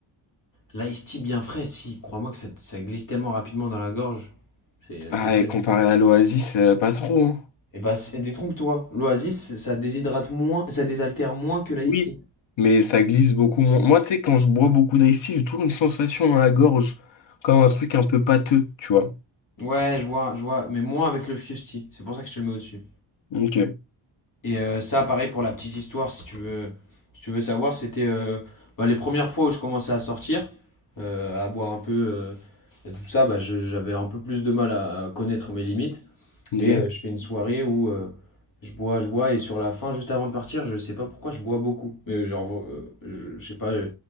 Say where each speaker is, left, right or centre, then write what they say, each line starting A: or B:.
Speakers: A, on the left; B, on the left.
A: L'Aïsti bien frais, si, crois-moi que ça, ça glisse tellement rapidement dans la gorge. C'est euh,
B: Ah,
A: excellent.
B: et comparé à l'Oasis, euh, pas trop, hein.
A: Et bah, c'est- détrompe-toi. L'Oasis, ça déshydrate moins, ça désaltère moins que l'Aïsti.
B: Oui, mais ça glisse beaucoup moins. Moi, tu sais, quand je bois beaucoup d'Ice Tea, j'ai toujours une sensation dans la gorge, comme un truc un peu pâteux, tu vois.
A: Ouais, je vois, je vois, mais moins avec le fusti. C'est pour ça que je te le mets au-dessus.
B: Ok,
A: Et euh, ça, pareil pour la petite histoire, si tu veux, si tu veux savoir, c'était euh, bah, les premières fois où je commençais à sortir, euh, à boire un peu euh, et tout ça, bah, je- j'avais un peu plus de mal à, à connaître mes limites.
B: ok,
A: Et euh, je fais une soirée où euh, je bois, je bois, et sur la fin, juste avant de partir, je sais pas pourquoi je bois beaucoup. Mais euh, genre, euh, je, je sais pas, euh,